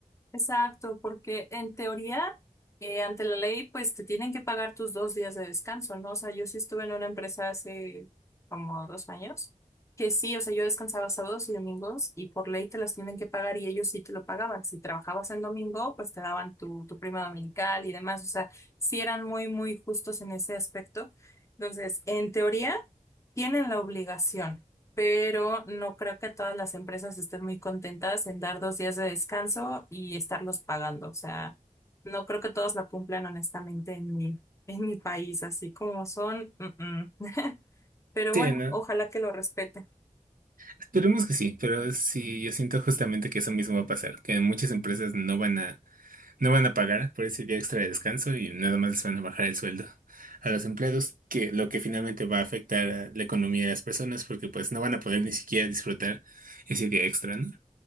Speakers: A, on the left; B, on the right.
A: Exacto, porque en teoría, eh, ante la ley, pues te tienen que pagar tus dos días de descanso, ¿no? O sea, yo sí estuve en una empresa hace como dos años, que sí, o sea, yo descansaba sábados y domingos y por ley te las tienen que pagar y ellos sí te lo pagaban. Si trabajabas en domingo, pues te daban tu, tu prima dominical y demás. O sea, sí eran muy, muy justos en ese aspecto. Entonces, en teoría... Tienen la obligación, pero no creo que todas las empresas estén muy contentas en dar dos días de descanso y estarlos pagando. O sea, no creo que todos la cumplan honestamente en mi, en mi país, así como son. mm, mm. <laughs> Pero
B: Sí,
A: bueno,
B: ¿no?
A: ojalá que lo respeten.
B: Esperemos que sí, pero sí, yo siento justamente que eso mismo va a pasar, que muchas empresas no van a, no van a pagar por ese día extra de descanso y nada más les van a bajar el sueldo a los empleados, que lo que finalmente va a afectar a la economía de las personas, porque pues no van a poder ni siquiera disfrutar ese día extra, ¿no?